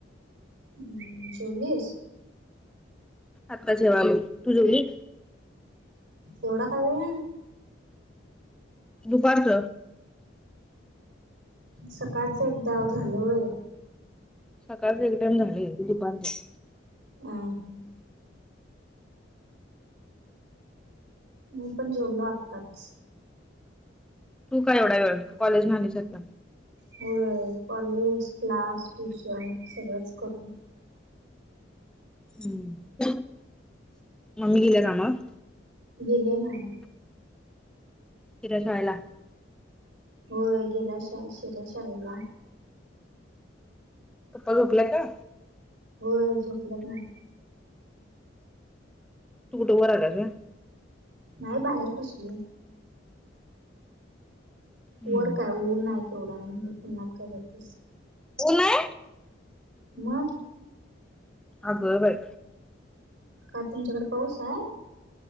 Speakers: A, on the right (about 80°); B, in the centre.
A: हम्म जेवलीस?
B: आता जेवाली तू जेवली?
A: एवढा का वेळ?
B: दुपारचं.
A: सकाळच एकदा झाल होय.
B: सकाळच एक टाईम झाले दुपारच.
A: हम्म. मी पण जेवलो आत्ताच.
B: तू का एवढा वेळ कॉलेजला न जाता.
A: होय कॉलेज क्लास ट्युशन सगळंच करतो.
B: हम्म मम्मी गेली कामावर?
A: गेली ना.
B: तिला जायला
A: हो गेल्या शिऱ्या शाळेला.
B: प झोपलाय का?
A: हो झोपलंत नाही.
B: तू उठायचं ना.
A: नाही बाहेर बसलो.
B: हम्म
A: वर काय ऊन आहे केवढा उन्हात काय जातस.
B: ऊन आहे?
A: मग
B: आग बाई.
A: काय तुमच्याकडे पाऊस आहे?